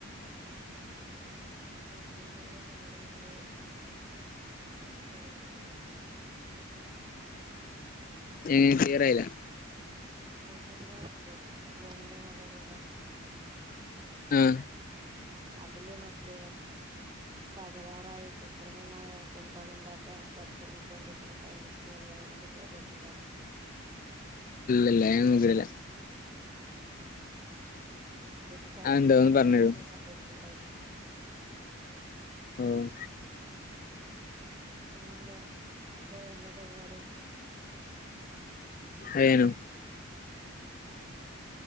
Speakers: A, on the right (about 20°); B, on the left (about 40°).
A: നോക്കുമ്പോളെ തലകറങ്ങും <unintelligible> <unintelligible> പറയന്നു ണ്ടായിരുന്നു അതിനെ കുറിച്ച് കേട്ടിട്ടുണ്ടോ
B: ച്ചി ക്ലിയറായില്ല
A: ഓസോൺ പാളി ഇല്ലേ ഭൂമിന്റെ മുകളിലുള്ളേ
B: ആഹ്
A: അതില് മറ്റേ തകരാറായി കൃത്രിമമായ ഓസോൺ പാളി ഉണ്ടാക്കാൻ പരിശ്രമിച്ചുകൊണ്ടിരിക്കുന്നു സയന്റിസ്റ്റ് സയൻ്റിസ്റ്റൽ അതിനെ കുറിച്ചൊക്കെ കേട്ടിട്ടുണ്ടോ
B: ഇല്ലില്ല അയൊന്നും കേട്ടില്ല
A: നാസയിലെ സയന്റിസ്റ്റ്
B: അതെന്താ ഒന്ന്
A: അങ്ങനെ
B: പറഞ്ഞരോ
A: എന്തൊക്കെയോ കണ്ട് പിടിച്ചിട്ടു ണ്ടായിരുന്നുന്ന്
B: ആഹ്
A: പിന്നെ എന്താ അവിടിപ്പോ എന്താ പരിപാടി
B: അയനോ
A: ആ